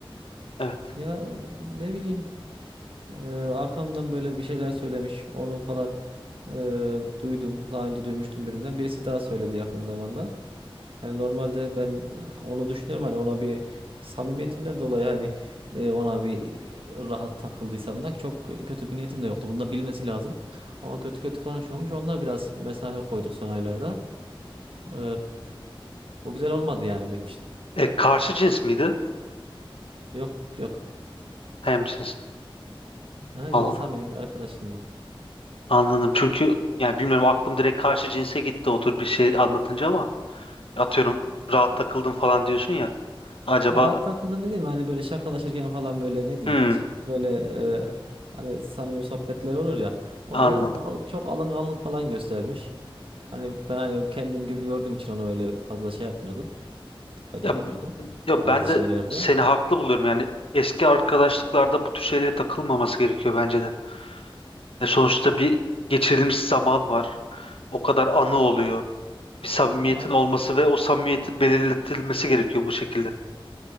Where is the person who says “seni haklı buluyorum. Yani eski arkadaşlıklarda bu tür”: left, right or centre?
Left